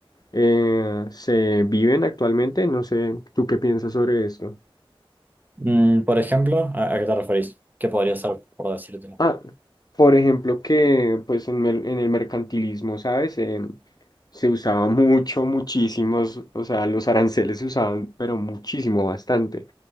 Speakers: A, on the left; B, on the right.
A: eh, se viven actualmente, no sé, ¿tú qué piensas sobre esto?
B: Mm, por ejemplo, ¿a, a qué te referís? ¿Qué podría ser por decirte?
A: Ah, por ejemplo, que pues en, mer- en el mercantilismo, ¿sabes? Em, se usaba mucho, muchísimos, o sea, los aranceles se usaban, pero muchísimo, bastante.